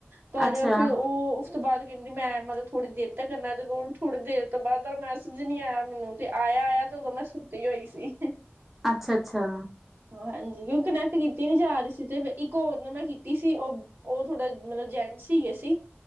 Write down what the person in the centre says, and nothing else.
ਅੱਛਾ
ਅੱਛਾ ਅੱਛਾ।